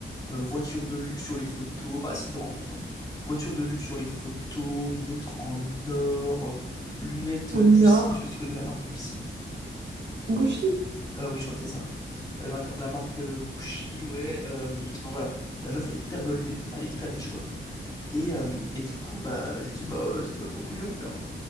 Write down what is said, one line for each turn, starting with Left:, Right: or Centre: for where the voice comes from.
Left: euh, voiture de luxe sur les photos, pas site de rencontre, hein. Voiture de luxe sur les photos, montre en or, euh, lunettes
Right: au
Left: euh,
Right: nord,
Left: Gucci, je sais pas si tu connais la marque Gucci.
Right: Gouchy.
Left: Ah oui, je crois que c'est ça. La marque, la marque euh, Gucci, ouais. euh, Enfin voilà, la meuf, elle est hyper goldée, elle est hyper riche, quoi. Et, euh, et du coup, bah, je dis, bah ouais, vas-y, bah trop cool, viens, on fait un...